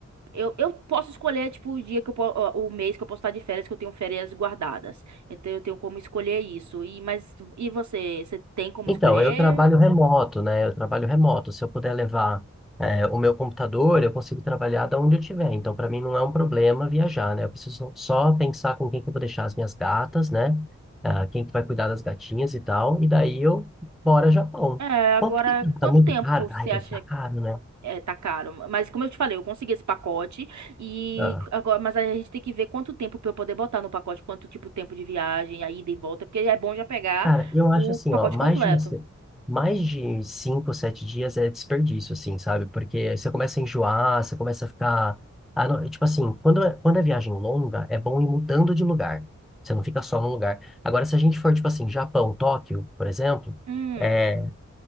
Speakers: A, on the right; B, in the centre.
A: Eu, eu posso escolher, tipo, o dia que eu po- o o mês que eu posso estar de férias, que eu tenho férias guardadas. Então eu tenho como escolher isso. E, mas, e você? Você tem como
B: Então,
A: escolher?
B: eu trabalho remoto, né? Eu trabalho remoto. Se eu puder levar, eh, o meu computador, eu consigo trabalhar da onde eu estiver. Então, para mim, não é um problema viajar, né? Eu preciso só pensar com quem que eu vou deixar as minhas gatas, né? Ah, quem que vai cuidar das gatinhas e tal. E daí eu bora Japão.
A: É, agora,
B: Quanto que
A: quanto
B: tá muito
A: tempo
B: caro?
A: você
B: Ai,
A: acha
B: deve estar
A: que
B: caro, né?
A: é, tá caro? Mas como eu te falei, eu consegui esse pacote e
B: Ah,
A: agora, mas a gente tem que ver quanto tempo pra eu poder botar no pacote, quanto tipo tempo de viagem, a ida e volta, porque é bom já pegar
B: Cara, eu
A: o
B: acho assim,
A: pacote
B: ó, mais
A: completo.
B: de uma, se- mais de cinco, sete dias é desperdício, assim, sabe? Porque você começa a enjoar, você começa a ficar, ah, não, tipo assim, quando é, quando é viagem longa, é bom ir mudando de lugar. Você não fica só num lugar. Agora, se a gente for, tipo assim, Japão, Tóquio, por exemplo,
A: Hum,
B: é,